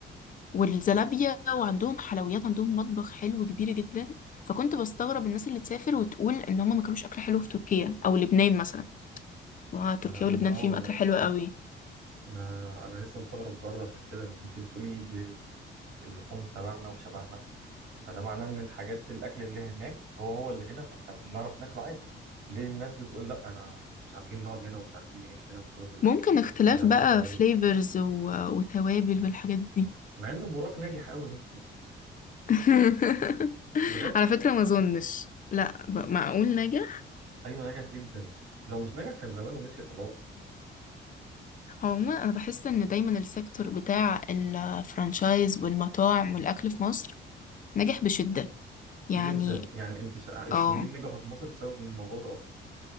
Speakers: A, on the left (about 40°); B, on the right (about 85°).
A: والزلابية وعندهم حلويات عندهم مطبخ حلو كبير جدا فكنت بستغرب الناس اللي تسافر وتقول ان هم ما كانوش اكل حلو في تركيا او لبنان مثلا واه تركيا
B: ما انا
A: ولبنان
B: انا اه
A: فيهم
B: ما
A: اكل
B: انا
A: حلو قوي
B: ما انا لسه مستغرب برضه عشان كده إن انت بتقولي ب- اللحوم تبعنا وشبعنا فده معناه ان الحاجات الاكل اللي هناك هو هو اللي هنا فاحنا بنعرف ناكله عادي ليه الناس بتقول لا انا مش عارفين نقعد هنا ومش عارفين نعيش هنا بسبب الاكل
A: ممكن اختلاف
B: او مش عارفين
A: بقى
B: يطولوا
A: فليفرز و... وتوابل والحاجات دي
B: مع ان براك ناجح قوي هنا في مصر
A: <laughs>
B: بجد
A: على فكرة ما اظنش لا ب... معقول نجح
B: ايوه نجح جدا لو مش نجح كان زمانه مشي خلاص
A: عموما انا بحس ان دايما السيكتور بتاع الفرانشايز والمطاعم والاكل في مصر نجح بشدة يعني
B: جدا يعني انت شا... السوريين
A: اه
B: نجحوا في مصر بسبب الموضوع ده اصلا